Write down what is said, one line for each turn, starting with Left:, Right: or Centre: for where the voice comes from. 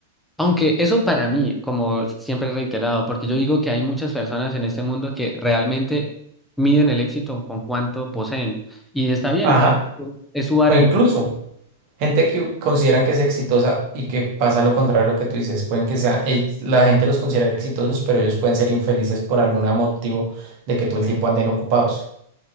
Centre: Aunque eso para mí, como siempre he reiterado, porque yo digo que hay muchas personas en este mundo que realmente miden el éxito con cuánto poseen. Y está bien,
Right: Ajá.
Centre: to- to- es su vara
Right: O incluso,
Centre: de medir.
Right: Gente que consideran que es exitosa y que pasa lo contrario a lo que tú dices, pueden que sea, ell- la gente los considera exitosos, pero ellos pueden ser infelices por algún motivo de que todo el tiempo anden ocupados.